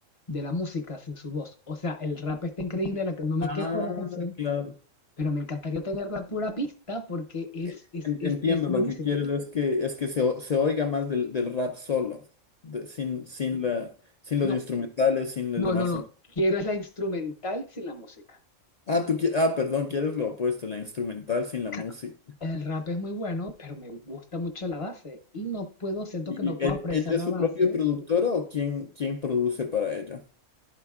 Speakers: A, on the left; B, on the left.
A: de la música sin su voz. O sea, el rap está increíble, la ca- no me
B: Ah,
A: quejo de la canción,
B: claro.
A: pero me encantaría tener la pura pista porque es,
B: Eh,
A: es,
B: en-
A: es,
B: Entiendo
A: es buenísimo.
B: lo que quieres, es que, es que se, o- se oiga más del, del rap solo, de- sin, sin, la, sin los
A: No,
B: instrumentales, sin
A: no,
B: el demás
A: no, no.
B: son-
A: Quiero es la instrumental sin la música.
B: Ah, tú qui- ah, perdón, quieres lo opuesto, la instrumental sin la
A: Claro,
B: música.
A: el rap es muy bueno, pero me gusta mucho la base y no puedo, siento
B: ¿Y,
A: que no
B: y
A: puedo
B: e-
A: apreciar
B: ella es
A: la
B: su
A: base.
B: propia productora o quién, quién produce para ella?